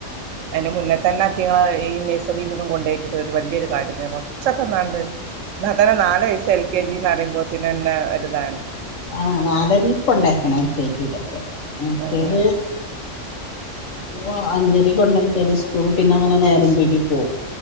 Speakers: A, on the right (about 80°); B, on the left (about 75°).
A: അതിന്റെ മുന്നെ തന്നെ അയ്റ്റങ്ങളെ ഈ നഴ്സറീൽ ഒന്നും കൊണ്ടോയിട്ടിട്ട് ഒരു വലിയൊരു കാര്യം തന്നെ കൊറച്ചൊക്കെ ഒന്നാണ്ട് തന്നെ നാല് വയസ്സ് എൽ കെ ജി എന്ന് പറയുമ്പോത്തന്നന്നെ ഒരുതാണ്
B: ആഹ് നാലെരീ കൊണ്ടാക്കണം എൽ കെ ജി യിൽ ഒക്കെ മറ്റേത്
A: ഉം
B: ഓ അഞ്ചരെ കൊണ്ടാക്യാല് സ്കൂൾ പിന്നെ അങ്ങനെ നേരമ്പഴക്കി പോവും